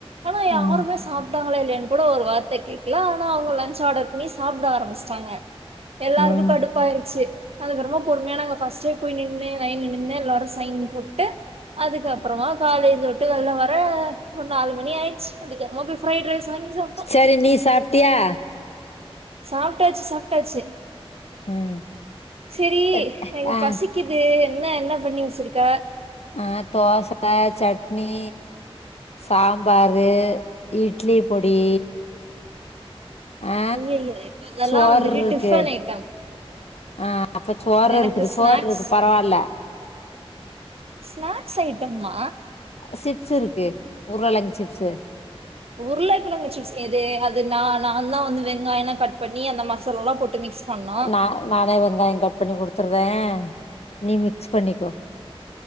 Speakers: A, on the right (about 70°); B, on the left (about 85°).
A: ஆனா யாருமே
B: ம்
A: சாப்ட்டாங்களா இல்லையான்னு கூட ஒரு வார்த்தை கேக்கல ஆனா அவுங்க லஞ்ச் ஆர்டர் பண்ணி சாப்பிட ஆரம்பிச்சிட்டாங்க எல்லாருக்கும்
B: ம்
A: கடு ப்பாயிடுச்சு அதுக்கப்றமா பொறுமையா நாங்க ஃபர்ஸ்ட்டே போய் நின்னு லைன்ல நின்னு எல்லாரும் சைன் போட்டு அதுக்கப்புறமா காலேஜ் ள்ல வர ஒரு நாலு மணி ஆயிடுச்சு அதுக்கப்றமா ஃப்ரைட் ரைஸ் வாங்கி சாப்ட
B: சரி நீ சாப்ட்டியா
A: சாப்டாச்சு சாப்டாச்சு
B: ம்
A: சேரி
B: எத்-
A: எங்க
B: ஆ
A: பசி க்குது என்ன என்ன பண்ணி வச்சிருக்க
B: ஆ தோசத்தா சட்னி சாம்பாரு இட்லி பொடி ஆ
A: ஐயய்ய அதெல்லா
B: சோறு
A: வந்துட்டு
B: இருக்கு
A: டிஃபன் ஐட்டம்
B: ஆ அப்ப சோறு
A: எனக்கு
B: இருக்குது
A: ஸ்நாக்ஸ்
B: சோறு இருக்கு பரவாயில்ல
A: ஸ்நாக்ஸ் ஐட்டம்மா
B: சிப்ஸு இருக்கு உருள கிழங்கு சிப்ஸு
A: உருள கிழங்க சிப்ஸு ஏது அது நான் நா தான் வந்து வெங்காயம்ல்லாம் கட் பண்ணி அந்த மசாலாலாம் போட்டு மிக்ஸ் பண்ணோ
B: நான் நானே வெங்காயம் கட் பண்ணி குடுத்துருதேன் நீ மிக்ஸ் பண்ணிக்கோ